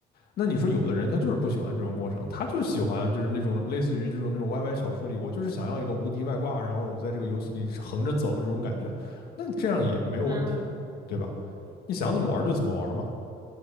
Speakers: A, on the left; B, on the right.
A: 那你说有的人他就是不喜欢这种过程，
B: <laughs> 嗯
A: 他就喜欢就是那种类似于这种那种 YY 小说里，我就是想要一个无敌外挂，然后我在这个游戏里横着走这种感觉，那这样也没有问题啊，
B: 嗯。
A: 对吧？你想怎么玩就怎么玩嘛。